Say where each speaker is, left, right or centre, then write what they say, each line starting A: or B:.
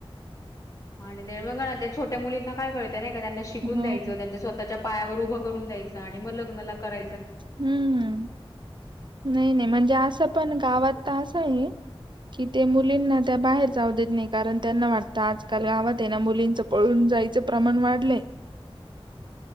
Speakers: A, on the left (about 35°); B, on the right (about 50°).
A: आणि ते मग ना त्या छोट्या मुलींना काय कळत नाही का. त्यांना शिकून
B: हो
A: द्यायचं त्यांच्या स्वतःच्या पायावर उभं करून द्यायचं आणि मग लग्नला करा
B: हम्मम. नाही नाही म्हणजे असं पण गावात तास आहे. ते मुलींना त्या बाहेर जाऊ देत नाही कारण त्यांना वाटतं आजकाल गावात आहे ना मुलींचं पळून जायचं प्रमाण वाढलंय.
A: <inaudible>